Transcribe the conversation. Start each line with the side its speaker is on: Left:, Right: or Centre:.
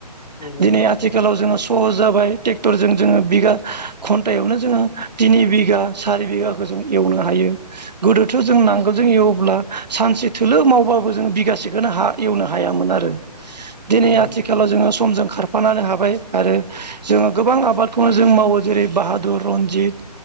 Left: नंगौ नंगौ
Right: दिनै आथिखालाव
Left: थारैनो
Right: जोङो स सहज जाबाय ट्रेक्टरजों जोङो बिघा घन्टायावनो जोङो थिनि बिघा सारि बिघाखौ जों एवनो हायो गोदोथ' जों नांगोलजों एवोब्ला सानसे थोलो मावबाबो जों बिगासेखौनो हा एवनो हायामोन आरो दिनै
Left: नंगौ नंगौ
Right: आथिखालाव जोङो समजों खार खारलांनो हाबाय आरो जोङो गोबां आबादखौनो जों मावो जेरै बाहादुर रनजित